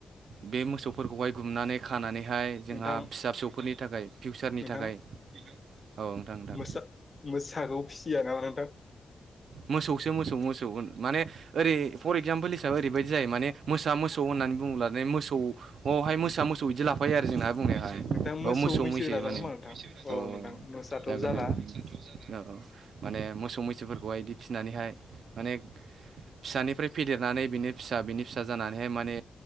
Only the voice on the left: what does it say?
नोंथां
नोंथां
मोसा मोसाखौ फिसिया नामा नोंथां
नोंथां
लाजागोन
खोमा नोंथां औ
नोंथां मोसाथ'
जाला